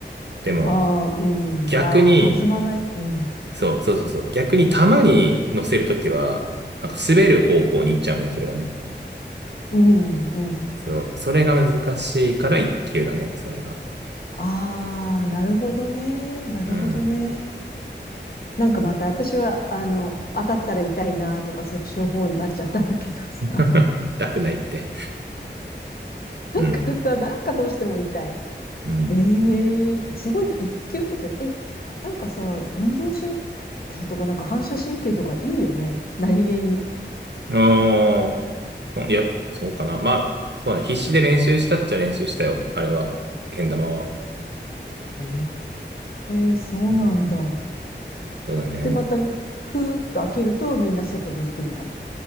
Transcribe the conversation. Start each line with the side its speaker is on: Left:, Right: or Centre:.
Right: でも、
Left: ああ、うん。
Right: 逆に、
Left: まあ、弾まない。うん。
Right: そう、そうそうそう。逆に球に乗せるときは、なんか滑る方向に行っちゃうんだよね、それがね。
Left: うん、うん。
Right: そう、それが難しいから一級だね、それが。
Left: ああ、なるほどね。なるほどね。
Right: うん。
Left: なんかまた私は、あの、当たったら痛いなとか、そっちの方になっちゃったんだけどさ。
Right: <laughs>
Left: <laughs> なん
Right: 痛くないって。うん。
Left: かさ、なんかどうしても痛い。
Right: うん。
Left: ええすごいね。一級とか、え、なんかさ、運動神経とか、なんか反射神経とかいいよね。何気に。
Right: あーいや、そうかな。まあ、そうだね。必死で練習したっちゃ練習したよ、あれは。けん玉は。
Left: ええそうなんだ。
Right: うん。そうだね。
Left: で、また、ふーっと開けるとみんな外に行くんだ。